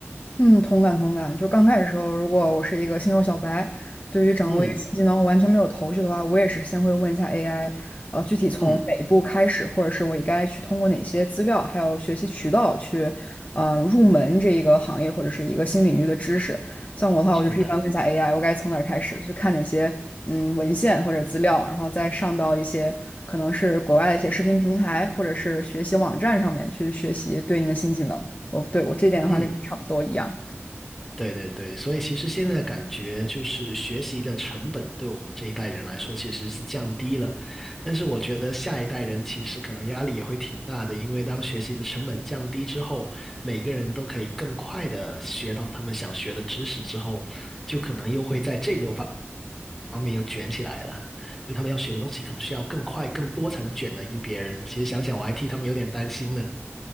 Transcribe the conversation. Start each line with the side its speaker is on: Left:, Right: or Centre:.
Left: 嗯，同感同感。就刚开始的时候，如果我是一个新手小白，对于掌握一个新技能完全没有头绪的话，
Centre: 嗯
Left: 我也是先会问一下 AI，呃，具体从哪一步开始，
Centre: 嗯，
Left: 或者是我应该去通过哪些资料，还有学习渠道去，呃，入门这一个行业或者是一个新领域的知识。像我的话，
Centre: 是的，
Left: 我就是一般问一下 AI，我该从哪儿开始，去看哪些嗯文献或者资料，然后再上到一些可能是国外的一些视频平台或者是学习网站上面去学习对应的新技能。哦，对，我这点的话跟你差不多一样。
Centre: 嗯。对对对，所以其实现在感觉就是学习的成本对我们这一代人来说其实是降低了，但是我觉得下一代人其实可能压力也会挺大的，因为当学习的成本降低之后，每个人都可以更快的学到他们想学的知识之后，就可能又会在这个方方面又卷起来了，就他们要学的东西可能需要更快更多才能卷得赢别人。其实想想我还替他们有点担心呢。